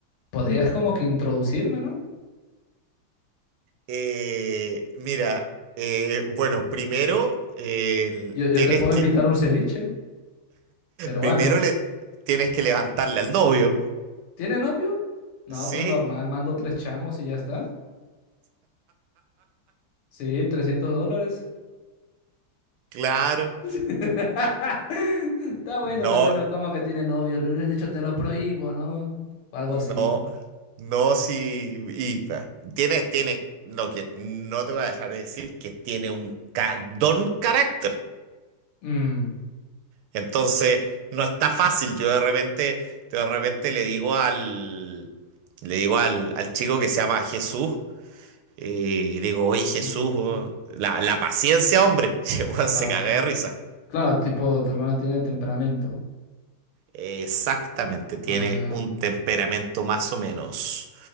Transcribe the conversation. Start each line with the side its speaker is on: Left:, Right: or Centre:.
Left: podrías como que introducirme, ¿no?
Right: Eh, mira, eh, bueno, primero eh, el-
Left: Yo, yo
Right: tienes
Left: te puedo
Right: que
Left: invitar a un ceviche peruano.
Right: primero le tienes que levantarle al novio.
Left: ¿Tiene novio? No,
Right: Sí,
Left: pues normal, mando tres chamos y ya está. Sí, 300 dólares.
Right: claro.
Left: <laughs> Está bueno,
Right: No,
Left: está bueno. ¿Cómo que tiene novio? Le hubieras dicho te lo prohíbo, ¿no? O algo
Right: no,
Left: así.
Right: no, sí. Y pa, tiene, tiene, no, que no te voy a dejar de decir que tiene un ca- don carácter.
Left: Mm,
Right: Entonces, no está fácil. Yo de repente, de repente le digo al, le digo al, al chico que se llama Jesús. Y digo, oye Jesús,
Left: mm,
Right: weón, la, la paciencia, hombre. <laughs> Y el weón se
Left: ah,
Right: caga de risa.
Left: claro, tipo, tu hermana tiene temperamento.
Right: Exactamente, tiene
Left: Ah, ya.
Right: un temperamento más o menos.